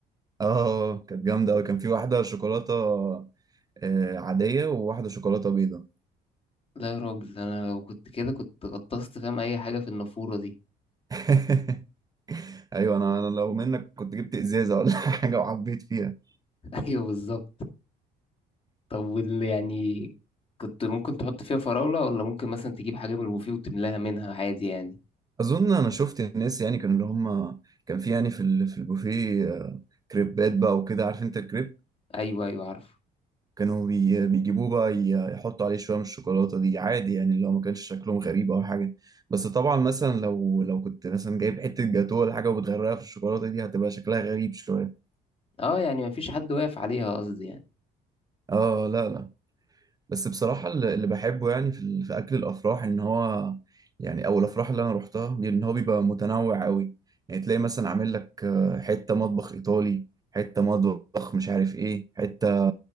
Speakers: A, on the right; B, on the left.
A: اه كانت جامدة أوي كان في واحدة شوكولاتة آه، عادية وواحدة شوكولاتة بيضة
B: لا يا راجل انا لو كنت كده كنت غطست فاهم اي حاجة في النافورة دي
A: <laughs> ايوه انا أنا لو منك كنت جبت ازازه ولا <laughs> حاجه وعبيت فيها
B: <laughs> ايوه بالظبط طب وال يعني كنت ممكن تحط فيها فراولة ولا ممكن مثلا تجيب حاجة من البوفيه وتملاها منها عادي يعني
A: اظن انا شفت الناس يعني كانوا اللي هم كان في يعني في ال- في البوفيه آه، كريبات بقى وكده عارف انت الكريب
B: ايوه ايوه عارف
A: كانوا بي بيجيبوه بقى ي- يحطوا عليه شوية من الشوكولاتة دي عادي يعني اللي هو ما كانش شكلهم غريب أو حاجة بس طبعا مثلا لو لو كنت مثلا جايب حتة جاتوه ولا حاجة وبتغرقها في الشوكولاتة دي هتبقى شكلها غريب شوية
B: اه يعني مفيش حد واقف عليها قصدي يعني
A: اه لا لا بس بصراحة اللي اللي بحبه يعني في ال- في أكل الأفراح إن هو يعني أو الأفراح اللي أنا روحتها بي- إن هو بيبقى متنوع أوي يعني تلاقي مثلا عامل لك آه، حتة مطبخ إيطالي حتة مطبخ مش عارف إيه حتة